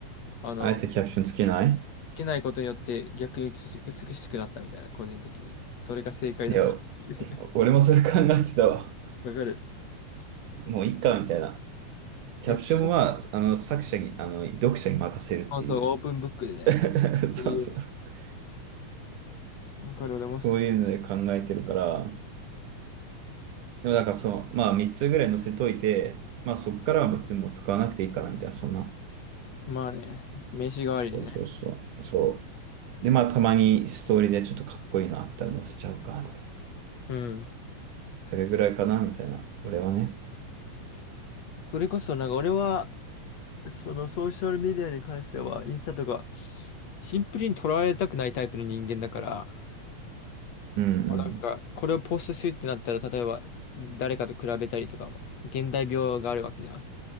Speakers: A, on the left; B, on the right.
A: あの、
B: あえてキャプションつけない
A: 受けないことによって逆に美し、美しくなったみたいな、個人的に。それが正解だったっていう。
B: いや、
A: <laughs>
B: 俺もそれ考えてたわ。
A: わかる
B: もういいか、みたいな。キャプションは、
A: 逆にね、
B: あの、作者に、あの、読者に任せるっていう。
A: そうそう、オープンブックでね。
B: <laughs>
A: っていう。
B: そうそうそう。
A: わかる、でも、
B: そういうので考えてるから、でもだからその、まあ3つぐらい載せといて、まあそっからは別にもう使わなくていいかなみたいな、そんな。
A: まあね、名刺代わりにね。
B: そうそうそう。そう。で、まあたまにストーリーでちょっとかっこいいのあったら載せちゃおうか、みたいな。
A: うん。
B: それぐらいかな、みたいな。俺はね。
A: それこそ、なんか俺は、そのソーシャルメディアに関しては、インスタとか、シンプルに捉われたくないタイプの人間だから、
B: うんうん。
A: あなんか、これをポストするってなったら、例えば、誰かと比べたりとかも、現代病があるわけじゃん。